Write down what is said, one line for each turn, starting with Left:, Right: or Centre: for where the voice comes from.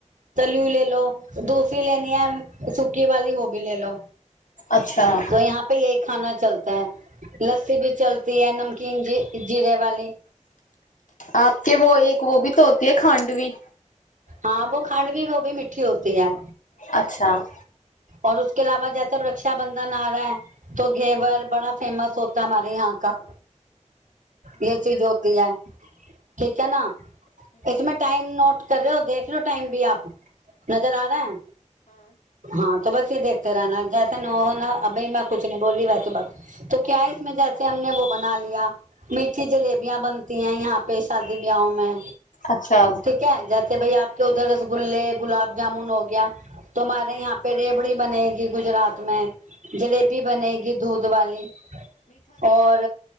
Right: તલયુ લે લો ધો કી લેની હે સુકી વાલી વોભી લેલો.
Left: અચ્છા
Right: તો યહાં પે યહી ખાના ચલતા હૈ. લસ્સી ભી ચલતી હૈ નમકીન જ જીરે વાલી.
Left: આપ કે વો એક વો ભીતો હોતી હે ખાંડવી.
Right: હા વો ખંડભી વોભી મીઠી હોતી હૈ.
Left: અચ્છા.
Right: ઓર ઉસકે અલાવા જૈસે રક્ષાબંધન આરા હૈ. તો ઘેવર બડા ફેમસ હોતા હૈ હમારે યહાં કા. યે ચીજ હોતી હે. ઠીક હે ના ઈસમે ટાઈમ નોટ કર દેખ લો ટાઈમ ભી આપ નજર આ રહા હૈ? હા તો બસ દેખતે રહેના જૈસા નો હો ના અભી મેં કુછ નહી બોલી વૈસે બક તો ક્યા ઈસમે જૈસે હમને વો બના લિયા. મીઠી જલેબિયા બનતી હૈ યહાં પે શાદી બ્યાહો મે.
Left: અચ્છા.
Right: કયા હે જેસે ભાઈ આપ કે ઉધર રસગુલ્લે, ગુલાબ જામુન હો ગયા તો હમારે યહાં રેવડી બનેગી ગુજરાત મે, જલેબી બનેગી દૂધ વાલી. ઓર